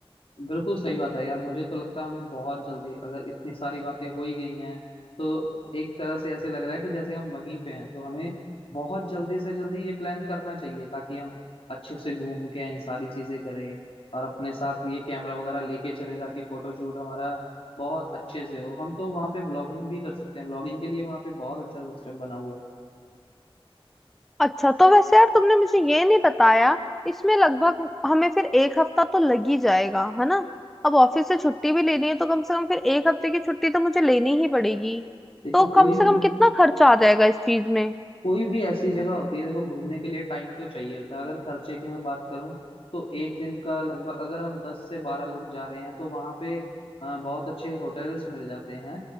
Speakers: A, on the left (about 70°); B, in the centre.
A: बिल्कुल सही बात है यार मुझे तो लगता है हमें बहुत जल्दी अगर इतनी सारी बातें हो ही गई हैं तो एक तरह से ऐसे लग रहा है कि जैसे हम वहीं पे हैं तो हमें बहुत जल्दी से जल्दी ये प्लान करना चाहिए ताकि हम अच्छे से घूम के आए सारी चीजें करें और अपने साथ ये कैमरा वगैरह लेके चले ताकि फोटो शूट हमारा बहुत अच्छे से हो हम तो वहाँ पे ब्लॉगिंग भी कर सकते हैं ब्लॉगिंग के लिए वहाँ पे बहुत अच्छा सिस्टम बना हुआ है
B: अच्छा तो वैसे यार तुमने मुझे ये नहीं बताया इसमें लगभग हमें फिर एक हफ्ता तो लग ही जाएगा है ना अब ऑफिस से छुट्टी भी लेनी है तो कम से कम फिर एक हफ्ते की छुट्टी तो मुझे लेनी ही पड़ेगी
A: देखो
B: तो कम
A: कोई
B: से
A: भी
B: कम कितना खर्चा आ जाएगा इस चीज में
A: कोई भी ऐसी जगह होती है देखो घूमने के लिए टाइम तो चाहिए होता है अगर खर्चे की मैं बात करूं तो एक दिन का लगभग अगर हम दस से बारह लोग जा रहे हैं तो वहां पे अ, बहुत अच्छे होटल्स मिल जाते हैं